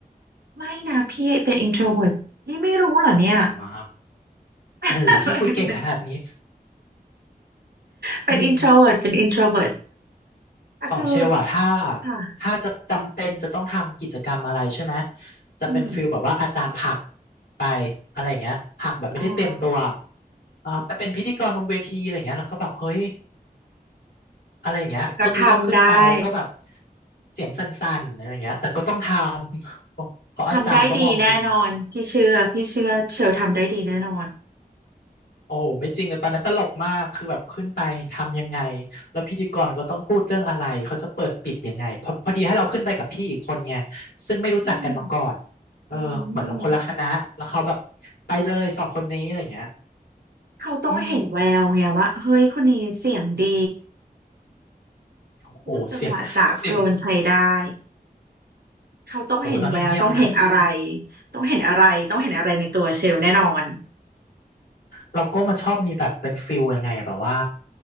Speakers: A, on the right (about 80°); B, on the left (about 75°).
A: ไม่นะพี่เป็น introvert นี่ไม่รู้เหรอเนี่ย
B: อ๋อ
A: <laughs>
B: โอ้โหพี่คุยเก่งขนาดนี้
A: เป็น
B: อืม
A: introvert เป็น introvert แต่คือ
B: ของเชลอะถ้า
A: ค่ะ
B: ถ้าจะจำเป็นจะต้องทำกิจกรรมอะไรใช่ไหมจะเป็นฟิลแบบว่าอาจารย์ผลัก
A: อืม
B: ไปอะไรอย่างเงี้ยผลักแบบไม่ได้เตรียมตัว
A: อ่า
B: อ่าไปเป็นพิธีกรบนเวทีอะไรอย่างเงี้ยเราก็แบบเฮ้ยอะไรอย่างเงี้ยก็คือต้องขึ้นไปแล้วก็แบบ
A: ก็ทำได้
B: เสียงสั่นๆอะไรอย่างเงี้ยแต่ก็ต้องทำ <laughs> เพราะเพราะอาจารย์ก็มองอยู่
A: ทำได้ดีแน่นอนพี่เชื่อพี่เชื่อเชลทำได้ดีแน่นอน
B: โอ้โหไม่จริงเลยตอนนั้นตลกมากคือแบบขึ้นไปทำยังไงแล้วพิธีกรก็ต้องพูดเรื่องอะไรเขาจะเปิดปิดยังไงพอพอดีให้เราขึ้นไปกับพี่อีกคนไงซึ่งไม่รู้จักกันมาก่อน
A: อืม
B: เออเหมือนเราคนละคณะแล้วเขาแบบ
A: อืม
B: ไปเลยสองคนนี้อะไรอย่างเงี้ย
A: เขาต้องเห็นแววไงว่าเฮ้ยคนนี้เสียงดี
B: อืมโอ้โหเสียงเสียง
A: พูดจังหวะจากโคลนใช้ได้เขาต้องเห็นแววต้องเห็นอะไร
B: โอ้โหตอนนี้เงียบไปนะพี่
A: ต้องเห็นอะไรต้องเห็นอะไรในตัวเชลแน่นอน
B: แล้วก็มันชอบมีแบบเป็นฟิลยังไงอะแบบว่า